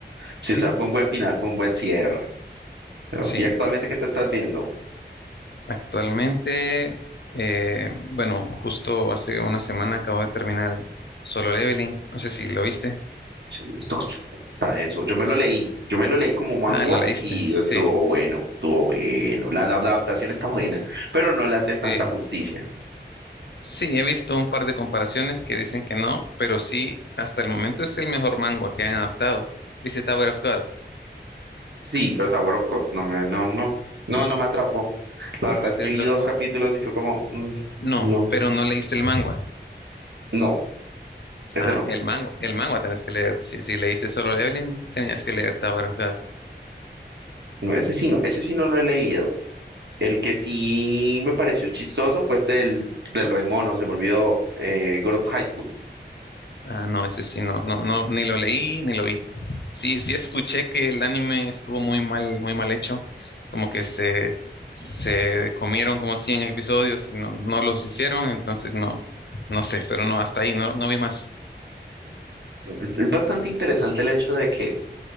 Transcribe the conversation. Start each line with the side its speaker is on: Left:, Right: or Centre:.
Right: Sí,
Left: sí,
Right: o sea, fue un buen final, fue un buen cierre. O sea,
Left: sí.
Right: ¿y actualmente qué te estás viendo?
Left: Actualmente, eh, bueno, justo hace una semana acabo de terminar Solo Leveling. No sé si lo viste.
Right: Sí, no, está denso. Yo me lo leí, yo me lo leí como mangua
Left: Ah, lo Sí. leíste.
Right: y estuvo
Left: Sí,
Right: bueno, estuvo bueno. La, la, la adaptación está buena, pero no le hace
Left: sí.
Right: tanta justicia.
Left: Sí, he visto un par de comparaciones que dicen que no, pero sí, hasta el momento es el mejor manga que han adaptado. ¿Viste Tower of God?
Right: Sí, pero Tower of God no me, no, no, no, no me atrapó. La verdad
Left: No
Right: es
Left: te
Right: que
Left: atrapó.
Right: vi dos capítulos y fue como, mm,
Left: No,
Right: no,
Left: pero no leíste el manga.
Right: no, ese
Left: Ah,
Right: no,
Left: el manga, el manga tenés que leer. Si, si leíste Solo Leveling, tenías que leer Tower of God.
Right: no, ese sí no, ese sí no lo he leído. El que sí me pareció chistoso fue este del, del Rey Mono, se me olvidó, eh, God of High School.
Left: Ah, no, ese sí, no, no, no, ni lo leí ni lo vi. Sí, sí escuché que el anime estuvo muy mal, muy mal hecho, como que se, se comieron como 100 episodios y no, no los hicieron, entonces no, no sé, pero no, hasta ahí, no, no vi más.
Right: Es es bastante interesante el hecho de que